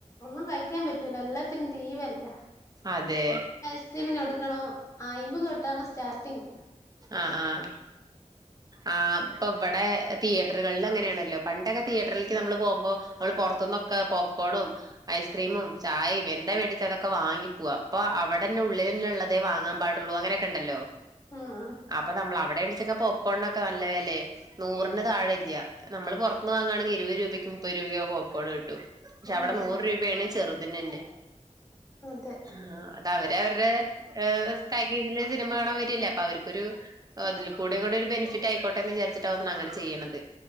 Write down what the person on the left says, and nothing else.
ഒന്നും കഴിക്കാൻ പറ്റൂലാ എല്ലാത്തിനും തീ വിലയാ
സ്മിന കൊടുക്കണോ അയിമ്പത് തൊട്ടാണ് സ്റ്റാർട്ടിങ്
ആഹ്
ആഹ്
അതെ
അതെ